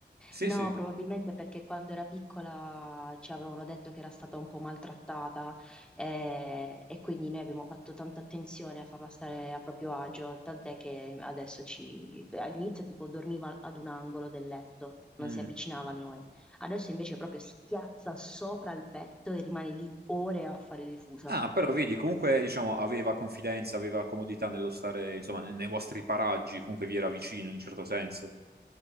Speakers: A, on the right; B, in the centre.
A: Sì,
B: No,
A: sì.
B: probabilmente perché quando era piccola ci avevano detto che era stata un po' maltrattata eh, e quindi noi abbiamo fatto tanta attenzione a farla stare a proprio agio, tant'è che adesso ci... all'inizio tipo dormiva ad un angolo del letto, non
A: Mm.
B: si avvicinava a noi. Adesso invece proprio si piazza sopra il petto e rimane lì ore a fare le fusa.
A: Ah, però vedi, comunque diciamo aveva confidenza, aveva comodità nello stare, insomma, ne- nei vostri paraggi, comunque vi era vicino in un certo senso.